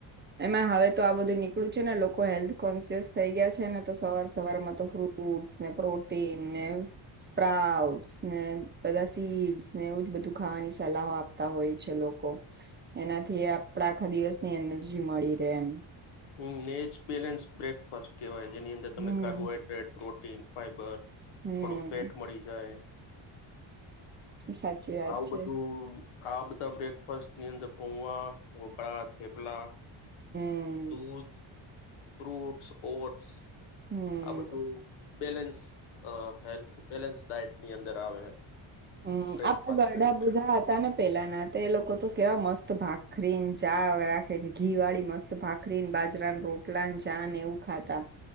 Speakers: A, on the right (about 20°); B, on the left (about 80°).
A: એમાં હવે તો આ બધું નીકળું છે ને લોકો હેલ્થ કોન્શિયસ થઈ ગયા છે ને તો સવાર સવારમાં તો ફ્રૂટ્સને, પ્રોટીન ને, સ્પ્રાઉટ્ ને, બધા સીડસ ને એવું જ બધું ખાવાની સલાહો આપતા હોય. લોકો એનાથી આપ આખા દિવસની એનર્જી મળી રહે એમ.
B: હમ્મ નેચ બેલેન્સ બ્રેકફાસ્ટ કેવાય છે. જેની અંદર તમને
A: હમ
B: કાર્બોહાઈડ્રેટો. Tin fibre.
A: હમ
B: થોડું ફેટ મળી જાય.
A: સાચી વાત
B: આવું
A: છે
B: બધું આપ બધા બ્રેકફાસ્ટ ની અંદર પોવા, ઢોકળા, થેપલા
A: હમ
B: દૂધ, ફ્રૂટસ, ઓડસ
A: હમ
B: આ બધું બેલેન્સ અ હેલ્થ બેલેન્સ ડાયટની અંદર આવે
A: હમ્મ
B: બ્રેકફાસ્ટ
A: આપડે ગરડા
B: તરીકે
A: બુધા હતા ને પેલાના તો એ લોકો તો કેવા મસ્ત ભાગ ભાખરી ને ચા રાખે કે ઘી વાળી મસ્ત ભાખરી ને બાજરા રોટલા ને ચા ને એવું ખાતા